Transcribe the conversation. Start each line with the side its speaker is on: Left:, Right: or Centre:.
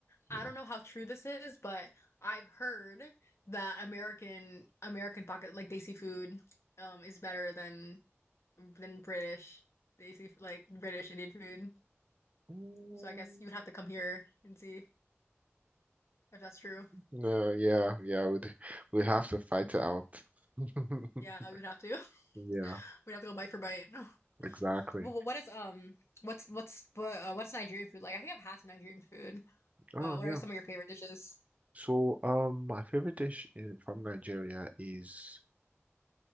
Left: I
Right: Yeah.
Left: don't know how true this is, but I've heard that American American pocket like Desi food um is better than than British Desi like British Indian food.
Right: Mm.
Left: So I guess you'd have to come here and see if that's true.
Right: No, yeah, yeah, we'd we'd have to fight it out. <laughs>
Left: Yeah, we'd have to. <laughs>
Right: Yeah,
Left: We'd have to go bite for bite. <laughs>
Right: exactly.
Left: But wh- what is um what's what's what, uh, what's Nigerian food like? I think I've had some Nigerian food.
Right: Oh,
Left: Wow, what
Right: yeah.
Left: are some of your favorite dishes?
Right: So, um, my favorite dish in, from Nigeria is,